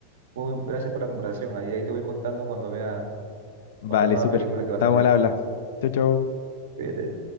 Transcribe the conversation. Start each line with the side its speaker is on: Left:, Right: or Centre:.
Right: Muy, gracias por la comparación. Ahí, ahí te voy contando cuando vea
Left: Vale,
Right: otra nueva
Left: súper.
Right: película que va
Left: Estamos
Right: a salir.
Left: al habla. Chau, chau.
Right: Cuídate.